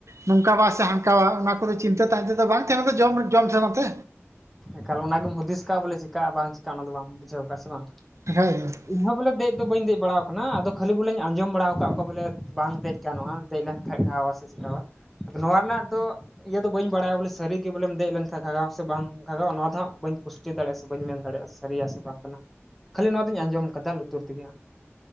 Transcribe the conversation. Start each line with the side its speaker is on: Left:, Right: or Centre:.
Right: ᱱᱚᱝᱠᱟᱣᱟ ᱥᱮ ᱦᱟᱱᱠᱟᱣᱟ ᱚᱱᱟ ᱠᱚᱫᱚ ᱪᱤᱱᱛᱟᱹ ᱛᱟᱦᱮᱱ ᱛᱮ ᱫᱚ ᱵᱟᱝ ᱛᱟᱦᱮᱸ ᱥᱮ ᱡᱚᱢ ᱡᱚᱢ ᱥᱟᱱᱟ ᱛᱮ᱾
Centre: ᱮᱠᱟᱞ ᱚᱱᱟᱜᱮᱢ ᱦᱩᱫᱤᱥ ᱠᱟᱜᱼᱟ ᱵᱚᱞᱮ ᱪᱤᱠᱟᱜᱼᱟ ᱵᱟᱝ ᱪᱤᱠᱟᱜᱼᱟ ᱚᱱᱟ ᱫᱚ ᱵᱟᱢ ᱵᱩᱡᱷᱟᱹᱣ ᱠᱟᱜᱼᱟ ᱥᱮ ᱵᱟᱝ?
Right: <inaudible>
Centre: ᱤᱧᱦᱚᱸ ᱵᱚᱞᱮ ᱫᱮᱡ ᱫᱚ ᱵᱟᱹᱧ ᱫᱮᱡ ᱵᱟᱲᱟᱣ ᱟᱠᱟᱱᱟ ᱟᱫᱚ ᱠᱷᱟᱹᱞᱤ ᱵᱚᱞᱮᱧ ᱟᱸᱡᱚᱢ ᱵᱟᱲᱟᱣ ᱠᱟᱫ ᱠᱚᱣᱟ ᱵᱚᱞᱮ ᱵᱟᱝ ᱫᱮᱡ᱾ ᱜᱟᱱᱚᱜᱼᱟ, ᱫᱮᱡ ᱞᱮᱱ ᱠᱷᱟᱡ ᱜᱷᱟᱣᱟ ᱥᱮ ᱪᱤᱠᱟᱣᱟ᱾ ᱟᱫᱚ ᱱᱚᱣᱟ ᱨᱮᱱᱟᱜ ᱫᱚ ᱤᱭᱟᱹ ᱫᱚ ᱵᱟᱹᱧ ᱵᱟᱲᱟᱭᱟ ᱵᱚᱞᱮ ᱥᱟᱹᱨᱤᱜᱮ ᱵᱚᱞᱮᱢ ᱫᱮᱡ ᱞᱮᱱᱠᱷᱟᱡ ᱜᱷᱟᱜᱟᱣᱟ ᱥᱮ ᱵᱟᱝ᱾ ᱜᱷᱟᱜᱷᱟᱣᱟ ᱱᱚᱣᱟ ᱫᱚ ᱦᱟᱸᱜ ᱵᱟᱹᱧ ᱯᱩᱥᱴᱤ ᱫᱟᱲᱮᱜᱼᱟ ᱥᱮ ᱵᱟᱹᱧ ᱢᱮᱱ ᱫᱟᱲᱮᱜᱼᱟ ᱥᱟᱹᱨᱤᱭᱟ ᱥᱮ ᱵᱟᱝ ᱠᱟᱱᱟ᱾ ᱠᱷᱟᱹᱞᱤ ᱱᱚᱣᱟᱫᱚᱧ ᱟᱸᱡᱚᱢ ᱠᱟᱫᱟ ᱞᱩᱛᱩᱨ ᱛᱮᱜᱮᱦᱟᱸᱜ᱾